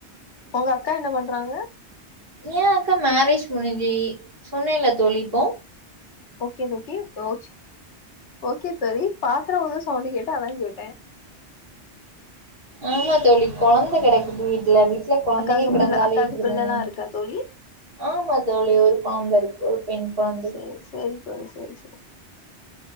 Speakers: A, on the left; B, on the right.
A: உங்க அக்கா என்ன பண்றாங்க
B: ஏன் அக்கா மேரேஜ் முடிஞ்சு சொன்னேல தோழி இப்போ
A: ஓக்கே ஓக்கே ஓச் ஓக்கே தோழி பாத்திரம் உல்ர சவுண்ட கேட்டு அதான் கேட்டேன்
B: ஆமா தோழி கொழந்த கிடக்குது வீட்டுல கொழந்தைங்க
A: அக்காக்கு
B: கிடந்தாலே
A: பிள்ள அக்காக்கு
B: இப்படி
A: பிள்ளல்லா
B: தான
A: இருக்கா தோழி
B: ஆமா தோழி ஒரு கொழந்த இருக்கு ஒரு பெண் கொழந்தை
A: செரி செரி தோழி செரி செரி